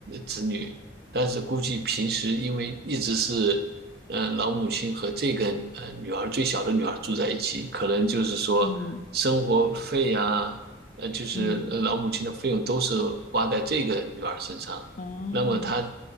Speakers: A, on the right (about 55°); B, on the left (about 40°).
A: 子女，但是估计平时因为一直是呃老母亲和这个呃女儿最小的女儿住在一起，可能就是说生活费呀、
B: 嗯
A: 呃就是呃老母亲的费用都是花在这个女儿身上。
B: 嗯，哦，
A: 那么他